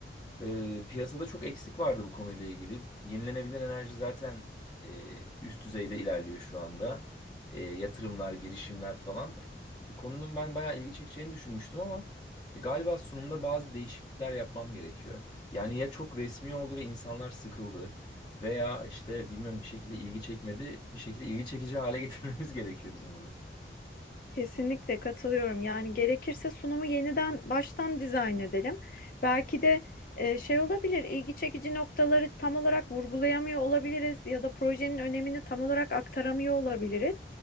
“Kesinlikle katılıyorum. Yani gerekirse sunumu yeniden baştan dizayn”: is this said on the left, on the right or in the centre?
Left